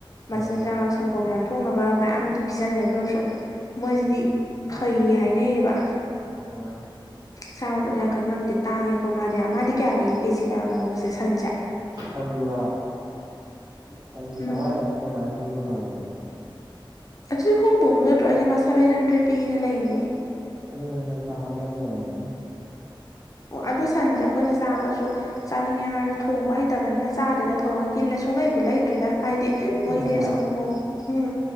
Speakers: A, on the left (about 40°); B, on the right (about 50°).
A: ꯃꯆꯤꯟꯖꯥꯛ
B: ꯎꯝ
A: ꯁꯪꯒꯣꯝ ꯌꯥꯝ ꯊꯣꯛ ꯊꯣꯛꯅꯕ ꯃꯌꯥꯝꯕꯨꯗꯤ ꯄꯤꯖꯅꯩ ꯑꯗꯨ ꯑꯣꯏꯔꯁꯨ ꯃꯣꯏꯁꯤꯗꯤ ꯐꯩ ꯍꯥꯏꯅꯩꯑꯌꯦꯕ
B: ꯎꯝ
A: ꯆꯥꯕꯕꯨꯗꯤ ꯌꯥꯝ ꯀꯟ ꯉꯝꯗꯦ ꯇꯥꯡꯉꯦꯀꯣ ꯃꯥꯗꯤ ꯀꯌꯥ ꯄꯤꯒꯦ ꯀꯦꯖꯤꯗ ꯀꯩꯅꯣꯁꯦ ꯁꯟꯁꯦ
B: ꯁꯟꯂ ꯁꯟꯗꯤ
A: ꯎꯝ
B: ꯆꯥꯝꯃꯉꯥ ꯌꯥꯡꯈꯩ ꯑꯗꯨꯃꯥꯏꯅ ꯄꯤꯒꯨꯝ ꯇꯧꯕꯅꯦ
A: ꯑꯗꯨꯗꯤ ꯍꯣꯡꯕꯨ ꯍꯣꯡꯖꯗ꯭ꯔꯣ ꯑꯩꯗꯤ ꯃꯥ ꯁꯚꯦꯟ ꯍꯟꯗ꯭ꯔꯦꯗ ꯄꯤꯅ ꯂꯩꯅꯦ
B: ꯁꯚꯦꯟ ꯍꯟꯗꯔꯦꯇ ꯍꯥꯃꯦ ꯑꯣꯏꯔꯝꯒꯅꯤ
A: ꯑꯣ ꯑꯗꯨ ꯁꯟꯗꯤ ꯑꯩꯈꯣꯏꯅ ꯆꯥꯕꯁꯨ ꯆꯥꯅꯤꯡꯉꯦ ꯍꯥꯏꯔꯁꯨ ꯊꯣꯡꯕ ꯍꯩꯇꯕꯅꯤꯅ ꯆꯥꯗꯦꯗ ꯊꯑꯣꯏ ꯍꯤꯜꯂ ꯁꯨꯡꯂꯩꯕꯨ ꯂꯩꯇ꯭ꯔꯤꯗ ꯍꯥꯏꯗꯤ
B: ꯑꯣꯛꯅꯅꯦ
A: ꯃꯣꯏꯗꯤ ꯁꯪꯒꯣꯝ ꯎꯝ